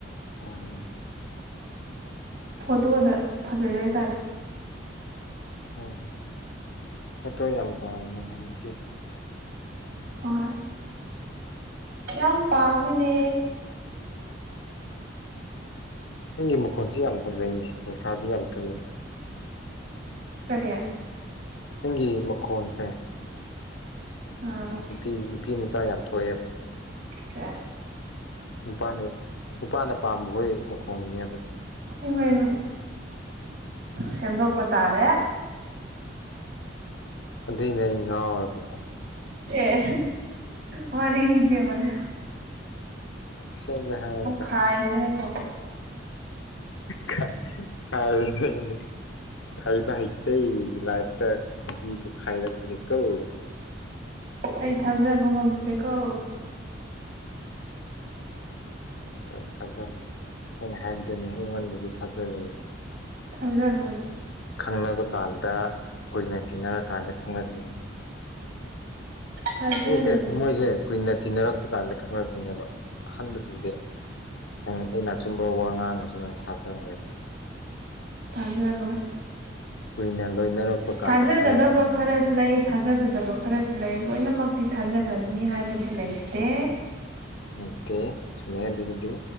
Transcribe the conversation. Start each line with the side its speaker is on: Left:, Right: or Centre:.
Left: ꯎꯝ
Right: ꯐꯣꯇꯣꯗ ꯐꯖꯩ ꯍꯥꯏꯇꯥꯔꯦ
Left: ꯎꯝ ꯑꯇ ꯌꯥꯝ ꯄ ꯃꯅꯤ ꯀ
Right: ꯍꯣꯏ ꯌꯥꯝ ꯄꯥꯝꯅꯦ
Left: ꯑꯩꯪꯒꯤ ꯃꯈꯣꯟꯁꯤ ꯌꯥꯝ ꯐꯖꯩꯅꯦ ꯅꯨꯡꯁꯥꯗꯨ ꯌꯥꯝ ꯊꯨꯏꯅꯦ
Right: ꯀꯔꯤ
Left: ꯅꯪꯒꯤ ꯃꯈꯣꯟꯁꯦ
Right: ꯑꯥ
Left: ꯅꯨꯄꯤ ꯅꯨꯄꯤ ꯃꯆꯥ ꯌꯥꯝ ꯊꯣꯛꯑꯦꯕ
Right: ꯀ꯭ꯂꯁ
Left: ꯅꯨꯄꯥꯅꯦ ꯅꯨꯄꯥꯅ ꯄꯥꯝꯕꯈꯣꯏ ꯃꯈꯣꯟꯅꯦ
Right: ꯏꯃꯦ ꯏꯃꯦ ꯆꯝꯗꯣ ꯑꯣꯄ ꯇꯥꯔꯦ
Left: ꯑꯗꯨꯏꯅꯦ ꯑꯩ ꯉꯥꯎꯔꯕꯁꯦ
Right: ꯑꯦ ꯃꯥꯔꯤ ꯏꯁ ꯃꯅꯦ
Left: ꯁꯦꯝꯕ ꯍꯥꯏ
Right: ꯈꯥꯏꯔꯦꯅꯦꯀꯣ
Left: ꯀ <unintelligible> ꯈꯥꯏꯔꯤꯕ ꯍꯥꯏꯇ ꯂꯥꯏꯐꯇ ꯈꯥꯏꯅ ꯇ꯭ꯔꯤꯛꯀꯧ
Right: ꯑꯩ ꯊꯥꯖꯥꯕꯉꯝ ꯇꯀꯣ
Left: ꯊ ꯊꯥꯖ ꯑꯩꯅ ꯍꯥꯏꯕꯗꯅꯤ ꯑꯩꯉꯣꯟꯗꯗꯤ ꯊꯥꯖꯔ
Right: ꯊꯥꯖꯔꯣꯏ
Left: ꯈꯪꯅꯕ ꯀꯥꯟꯗ ꯑꯣꯏꯅ ꯇꯤꯟꯅꯔꯀꯥꯟꯗ ꯈꯪꯄꯅꯤꯅ
Right: ꯊꯥꯖꯔꯣꯏ
Left: ꯃꯤꯁꯦ ꯊꯝꯃꯣꯏꯁꯦ ꯀꯨꯏꯅ ꯇꯤꯟꯅꯔꯛꯄ ꯀꯥꯟꯗ ꯈꯪꯅꯔꯀꯅꯦꯕ ꯑꯍꯥꯟꯕꯗꯗꯤ ꯅꯪ ꯑꯩꯅ ꯑꯆꯨꯝꯕ ꯋꯥ ꯉꯥꯡꯉꯁꯨ ꯅꯪ ꯊꯥꯖꯣꯏꯕ
Right: ꯇꯖꯔꯣꯏ
Left: ꯀꯨꯏꯅ ꯂꯣꯏꯅꯔꯛꯄ ꯀꯥꯟꯗ
Right: ꯊꯥꯖꯒꯗꯕ
Left: ꯈꯪꯉꯛꯄꯅꯤ
Right: ꯈꯔꯁꯨ ꯂꯩ ꯊꯥꯖꯔꯣꯏꯗꯕ ꯈꯔꯁꯨ ꯂꯩ ꯂꯣꯏꯅꯃꯛꯇꯤ ꯊꯥꯖꯒꯅꯤ ꯍꯥꯏꯕꯗꯤ ꯂꯩꯇꯦ
Left: ꯃꯠꯇꯦ ꯆꯨꯃꯦ ꯑꯗꯨꯕꯨꯗꯤ